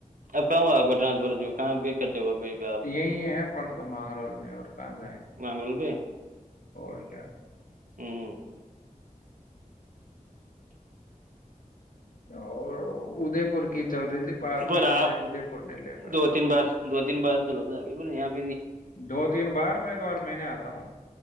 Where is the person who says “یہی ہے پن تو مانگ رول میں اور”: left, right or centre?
Left